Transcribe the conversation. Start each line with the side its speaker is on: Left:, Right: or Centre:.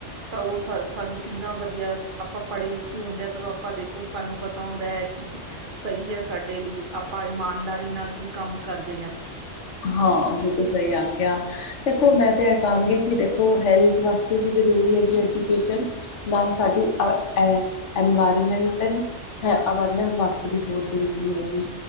Right: ਤਾਂ ਉਹ ਸਾਨੂੰ ਕਿੰਨਾ ਵਧੀਆ। ਆਪਾਂ ਪੜ੍ਹੇ -ਲਿਖੇ ਹੁੰਦੇ ਆ। ਤਾਂ ਆਪਾਂ ਦੇਖੋ, ਸਾਨੂੰ ਪਤਾ ਹੁੰਦਾ ਇਹ ਚੀਜ਼ ਸਹੀ ਹੈ ਸਾਡੇ ਲਈ, ਆਪਾਂ ਇਮਾਨਦਾਰੀ ਨਾਲ ਵੀ ਕੰਮ ਕਰਦੇ ਹਾਂ।
Left: ਹਾਂ। ਬਿਲਕੁਲ ਸਹੀ ਆਖਿਆ। ਦੇਖੋ ਮੈਂ ਤਾਂ ਇਹ ਕਹਾਂਗੀ ਕਿ ਦੇਖੋ, ਹੈਲਥ ਵਾਸਤੇ ਵੀ ਜ਼ਰੂਰੀ ਹੈਗੀ ਐਜੂਕੇਸ਼ਨ। ਨਾਲ ਸਾਡੀ ਅ, ਐਨਵਾਇਰਮੈਂਟਲ ਹੈ। ਅਵੇਰਨੈਸ ਵਾਸਤੇ ਵੀ ਬਹੁਤ ਜ਼ਰੂਰੀ ਹੈਗੀ।